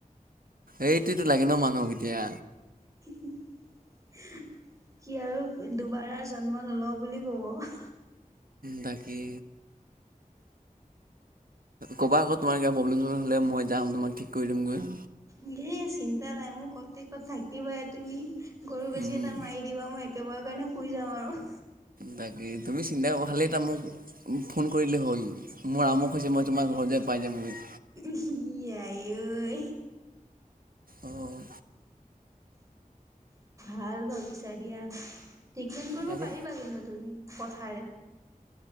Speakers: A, on the right (about 80°); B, on the right (about 20°).
A: এইটোতো লাগে ন মানুহ এতিয়া।
B: <unintelligible> সি আৰু দুবাৰা জন্ম নলও বুলি কব।
A: বাকী ক'বা আকৌ তোমাৰ কিবা প্ৰব্লেম চব্লেম হ'লে মই যাম তোমাক ঠিক কৰি দিমগৈ।
B: ইয়ে চিন্তা নাই মোৰ কতে <unintelligible> থাকিবাই তুমি গৰু বেজি
A: উম।
B: এটা মাৰি দিবা মই একেবাৰৰ কাৰণে শুই যাওঁ আৰু
A: বাকী তুমি চিন্তা <unintelligible> খালি মোক ফোন কৰিদিলেই হ'ল মোৰ আমোক হৈছে মই তোমাৰ ঘৰ যে পাইজামগে।
B: ই আই ঐ
A: অঁ
B: ভাল ভাবিছা দিয়া। ট্ৰীকমেণ্ট কৰিব
A: তাকে
B: পাৰিবা জানো তুমি কথাৰে?